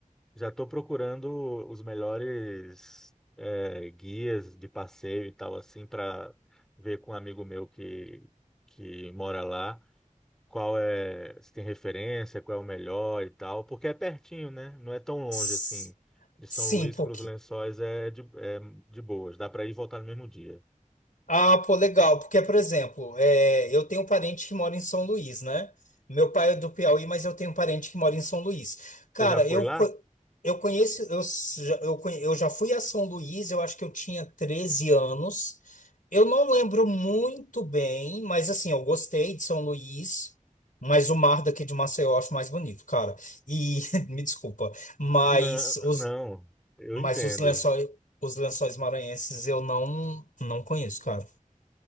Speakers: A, in the centre; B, on the left.
A: Já estou procurando os melhores é, guias de passeio e tal, assim, para ver com um amigo meu que, que mora lá qual é, se tem referência, qual é o melhor e tal, porque é pertinho, né? Não é tão longe
B: S-
A: assim. De São
B: Sim,
A: Luís
B: pô,
A: para os Lençóis é de, é de boas, dá para ir e voltar no mesmo dia.
B: Ah, pô, legal, porque, por exemplo, é, eu tenho um parente que mora em São Luís, né? Meu pai é do Piauí, mas eu tenho um parente que mora em São Luís. Cara,
A: Você já foi
B: eu,
A: lá?
B: co- eu conheço, eu, s- já- eu, conhe- eu já fui a São Luís, eu acho que eu tinha 13 anos. Eu não lembro muito bem, mas assim, eu gostei de São Luís, mas o mar daqui de Maceió eu acho mais bonito, cara. E, <laughs> me desculpa, mas
A: Não,
B: os,
A: não, eu
B: mas
A: entendo.
B: os lençóis, os lençóis maranhenses eu não, não conheço, cara.